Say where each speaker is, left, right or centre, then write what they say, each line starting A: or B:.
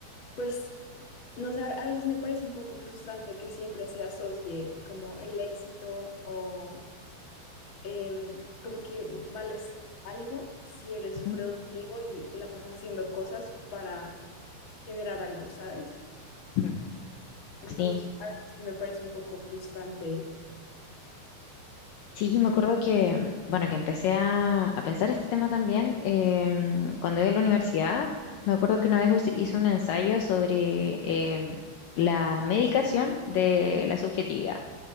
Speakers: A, on the left; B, on the left.
A: pues, no sé, a veces me parece un poco frustrante que siempre se asocie como el éxito o em, como que vales algo si eres
B: Ujú,
A: productivo y te la pasas haciendo cosas para generar algo, ¿sabes?
B: ujú.
A: Entonces,
B: Sí.
A: a veces sí me parece un poco frustrante
B: Sí, yo me
A: porque,
B: acuerdo que, bueno, que empecé a, a pensar este tema también em, cuando iba a la universidad. Me acuerdo que una vez us- hice un ensayo sobre em, la medicación de la subjetividad.